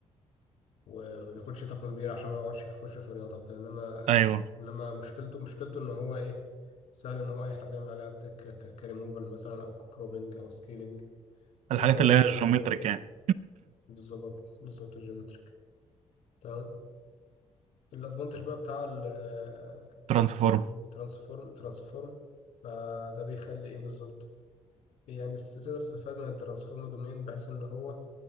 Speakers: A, on the left (about 70°); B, on the right (about 65°).
A: وما بياخدش طاقة كبيرة عشان ما يقعدش يخش في رياضة وكده انما
B: ايوه
A: انما مشكلته مشكلته ان هو ايه سهل ان هو اي حد يعمل عليها اتاك كريموفال مثلا او كروبنج او سكيلينج فلترنج
B: الحاجات اللي هي الجيومتريك
A: وحاجات شبه كده
B: يعني
A: بالظبط بالظبط الجيومتريك تمام. الادفانتج بقى بتاع ال
B: <clears throat> ترانسفورم
A: ال- الترانسفورم ترانسفورم فده بيخلي ايه بالظبط يعني بس- تقدر تستفاد من الترانسفورم دومين بحيث ان هو